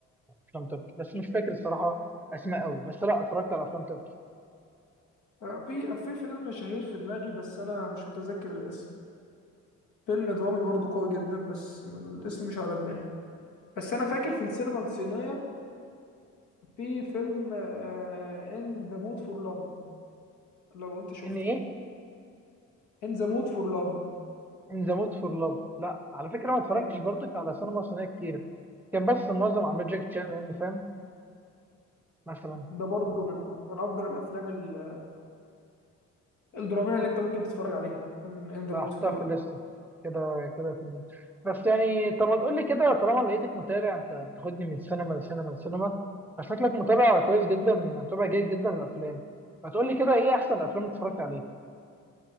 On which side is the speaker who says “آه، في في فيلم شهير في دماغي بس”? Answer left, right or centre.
Left